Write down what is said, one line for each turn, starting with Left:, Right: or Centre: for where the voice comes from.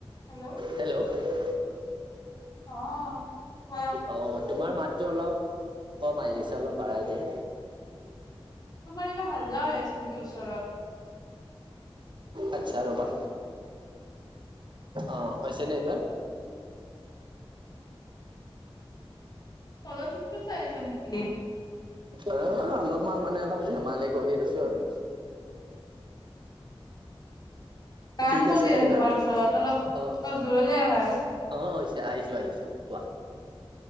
Left: Hello?
Right: Hello অ
Left: অ', কোৱা।
Right: অঁ', তোমাৰ মাতটো অলপ কম আহিছে অলপ বাঢ়াই দিয়া।
Left: তোমাৰ কিবা হাল্লা হৈ আছে নেকি ওচৰত?
Right: আচ্ছা ৰবা, অ' হৈছে নে এইবাৰ?
Left: তলৰ চিতটো চাই আছা নেকি?
Right: অ', অলপমান মানে অলপ ধেমালি কৰি আছো আৰু।
Left: গান
Right: ঠিক
Left: বজি
Right: নে
Left: আছে
Right: এইবাৰ
Left: তোমাৰ ওচৰত অলপ
Right: অ
Left: দূৰলে আহা।
Right: অ', হৈছে আহিছো আহিছো কোৱা।